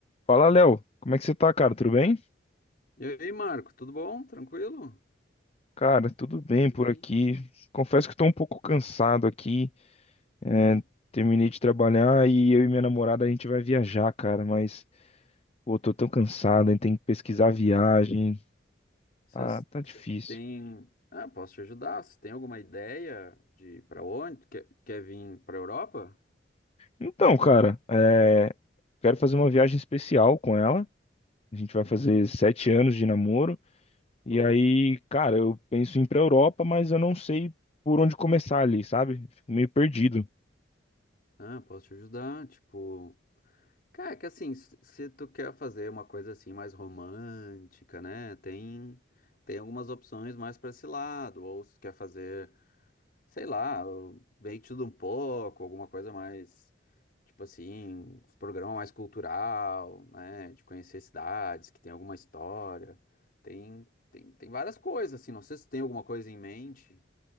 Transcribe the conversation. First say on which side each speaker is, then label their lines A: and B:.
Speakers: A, on the left; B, on the left.
A: Fala, Léo. Como é que você tá, cara? Tudo bem?
B: E aí, Marco, tudo bom? Tranquilo?
A: Cara, tudo bem
B: Me Diz
A: por
B: aí.
A: aqui. Confesso que tô um pouco cansado aqui. É,
B: Hum,
A: terminei de trabalhar e eu e minha namorada a gente vai viajar, cara. Mas, pô, tô tão cansado, hein? Tem que pesquisar a viagem.
B: Vocês
A: Ah, tá difícil.
B: vocês têm. Ah, posso te ajudar? Vocês têm alguma ideia de para onde? Quer, quer vir para Europa?
A: Então, cara, é, quero fazer uma viagem especial com ela. A gente
B: Uhum.
A: vai fazer sete anos de namoro. E
B: Pô.
A: aí, cara, eu penso em ir pra Europa, mas eu não sei por onde começar ali, sabe? Fico meio perdido.
B: Ah, posso te ajudar. Tipo, cara, que assim, se, se tu quer fazer uma coisa assim mais romântica, né? Tem tem algumas opções mais para esse lado. Ou se tu quer fazer, sei lá, o- bem de tudo um pouco, alguma coisa mais Tipo assim, os programas mais cultural, né? De conhecer cidades que tem alguma história. Tem, tem, tem várias coisas, assim. Não sei se tem alguma coisa em mente